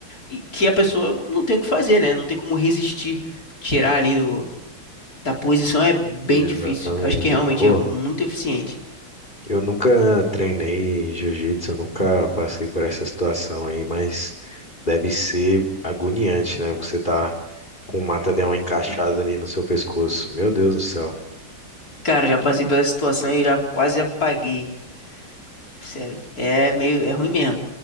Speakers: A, on the left; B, on the left.
A: e que a pessoa não tem o que fazer, né? Não tem como resistir, tirar ali da posição é bem
B: exatamente.
A: difícil. Eu acho que realmente
B: Pô,
A: é muito eficiente.
B: eu nunca treinei jiu-jitsu, eu nunca passei por essa situação aí, mas deve ser agoniante, né? Você tá com o mata-leão encaixado ali no seu pescoço. Meu Deus do céu.
A: Cara, já passei pela situação e já quase apaguei. Sério, é meio, é ruim mesmo.